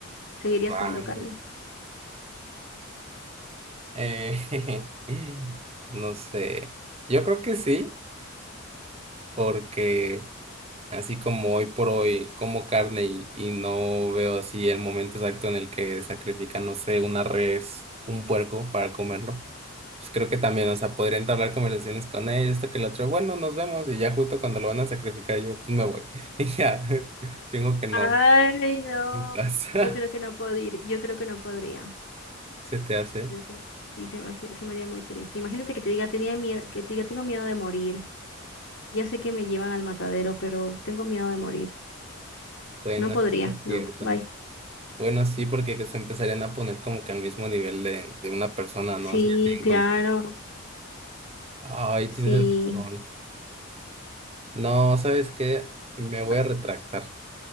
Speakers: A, on the left; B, on the right.
A: ¿Seguirías
B: Rayos.
A: comiendo carne?
B: Eh, <laughs> no sé. Yo creo que sí, porque Así como hoy por hoy como carne y, y no veo así el momento exacto en el que sacrifican, no sé, una res, un puerco para comerlo. Pues creo que también, o sea, podría entablar conversaciones con ellos, esto que lo otro, bueno, nos vemos y ya justo cuando lo van a sacrificar yo, pues me voy. <laughs> Y ya, <laughs> fingo que no
A: Ay, no.
B: me pasa.
A: Yo creo que no podría, yo creo que no podría.
B: <laughs> Se te hace.
A: Creo que sí, se me hace- se me haría muy triste. Imagínate que te diga, tenía miedo, que te diga, tengo miedo de morir. Ya sé que me llevan al matadero, pero tengo miedo de morir.
B: Bueno,
A: No podría,
B: sí sí es
A: no,
B: cierto.
A: bye.
B: Bueno, sí, porque se empezarían a poner como que al mismo nivel de, de una persona, ¿no?
A: Sí,
B: O sea, tienen
A: claro.
B: con- Ay,
A: Sí.
B: tienes razón. No, ¿sabes qué? Me voy
A: Ah,
B: a retractar.